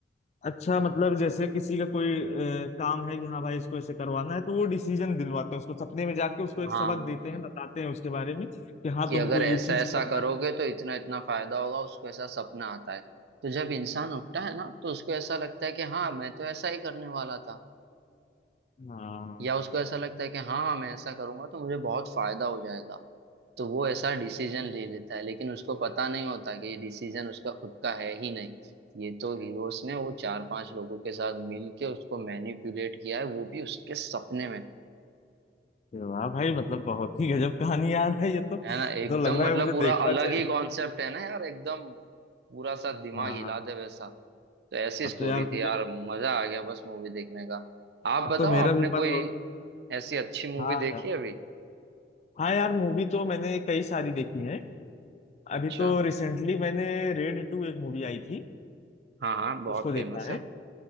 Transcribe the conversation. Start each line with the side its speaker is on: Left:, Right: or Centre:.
Left: अच्छा मतलब जैसे किसी का कोई अ, काम है कि हाँ भाई इसको ऐसे करवाना है तो वो डिसीजन दिलवाते हैं उसको सपने में जाके उसको एक
Right: हाँ
Left: सबक देते हैं बताते हैं उसके बारे में कि हाँ
Right: कि
Left: तुमको
Right: अगर
Left: ये
Right: ऐसा
Left: चीज
Right: ऐसा
Left: करना
Right: करोगे
Left: चाहिए
Right: तो इतना इतना फायदा होगा उसको ऐसा सपना आता है तो जब इंसान उठता है ना तो उसको ऐसा लगता है कि हाँ मैं तो ऐसा ही करने वाला था
Left: हाँ
Right: या उसको ऐसा लगता है कि हाँ मैं ऐसा करूंगा तो मुझे बहुत फायदा हो जाएगा तो वो ऐसा डिसीजन ले लेता है लेकिन उसको पता नहीं होता कि ये डिसीजन उसका खुद का है ही नहीं ये तो हीरोस ने वो चार पांच लोगों के साथ मिल के उसको मैनिपुलेट किया है वो भी उसके सपने में
Left: अरे वाह भाई मतलब बहुत ही गजब कहानी यार है ये तो ये
Right: है ना एकदम
Left: तो लग रहा
Right: मतलब
Left: है मुझे
Right: पूरा
Left: देखना
Right: अलग
Left: चाहिए
Right: ही कॉन्सेप्ट है ना यार एकदम पूरा सा दिमाग
Left: हाँ
Right: हिला दे वैसा तो ऐसी
Left: अब
Right: स्टोरी
Left: तो यार
Right: थी
Left: मुझे
Right: यार मजा आ गया बस मूवी देखने का आप
Left: अब
Right: बताओ
Left: तो मेरा
Right: आपने
Left: भी मन
Right: कोई
Left: हो
Right: ऐसी अच्छी मूवी
Left: हाँ
Right: देखी
Left: यार
Right: है अभी
Left: हाँ यार मूवी तो मैंने कई सारी देखी है
Right: अच्छा
Left: अभी तो रिसेंटली मैंने रेड टू एक मूवी आई थी
Right: हाँ हाँ बहुत
Left: उसको देखा
Right: फेमस है
Left: है